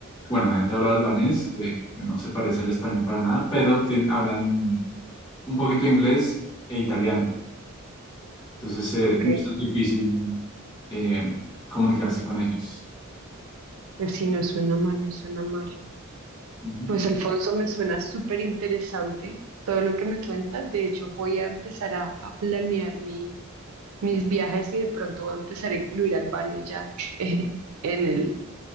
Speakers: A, on the left (about 20°); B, on the right (about 80°).
A: bueno, la gente habla albanés, que, que no se parece al español para nada, pero tien- hablan un poquito de inglés e italiano. Entonces, eh,
B: Ok.
A: no es tan difícil eh, comunicarse con ellos.
B: Pues sí, no suena mal, no suena mal.
A: Ujú.
B: Pues Alfonso, me suena súper interesante todo lo que me cuentas. De hecho, voy a empezar a, a planear mi mis viajes y de pronto voy a empezar a incluir Albania ya <laughs> eh, en el,